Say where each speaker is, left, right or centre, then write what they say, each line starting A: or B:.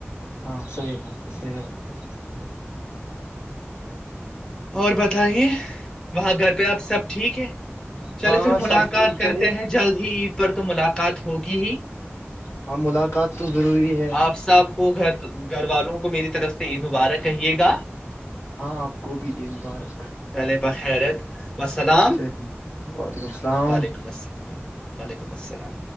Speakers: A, on the left; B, on the left.
A: ہاں سحی بات ہے سی بات ہے
B: اور بتائیے وہاں گھر پہ آپ سب ٹھیک ہے چلے
A: ہاں
B: پھر ملاقات
A: سب ٹھیک
B: کرتے
A: چلیے
B: ہیں جلد ہیید پر تو ملاقات ہوگی ہی
A: ہاں ملاقات تو ضروری ہے
B: آپ سب کو گھر گھر والوں کو میری طرف سے سے یہ دوبارہ کہیے گا
A: ہاں آپ کو بھی عید مبارک
B: چلے بخیرت والسلام
A: چلیے وعلیکم السلام
B: وعلیکم السلام وعلیکم السلام